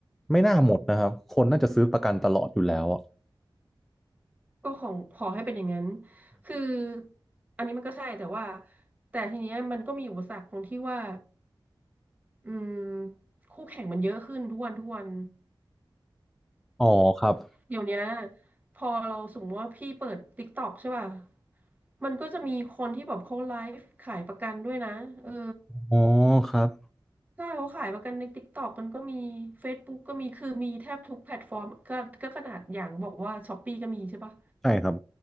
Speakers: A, in the centre; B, on the right.
A: ไม่น่าหมดนะครับคนน่าจะซื้อประกันตลอดอยู่แล้วอะ
B: ก็ของขอให้เป็นอย่างนั้นคืออันนี้มันก็ใช่แต่ว่าแต่ทีเนี้ยมันก็มีอุปสรรคตรงที่ว่า อืมคู่แข่งมันเยอะขึ้นทุกวันทุกวัน
A: อ๋อครับ
B: เดี๋ยวเนี้ยพอเราสมมติว่าพี่เปิด TikTok ใช่ป่ะมันก็จะมีคนที่แบบเขาไลฟ์ขายประกันด้วยนะเออ
A: อ๋อครับ
B: ถ้าเขาขายประกันใน TikTok มันก็มี Facebook ก็มีคือมีแทบทุกแพลตฟอร์มก็ก็ขนาดอย่างบอกว่า Shopee ก็มีใช่ป่ะ
A: ใช่ครับ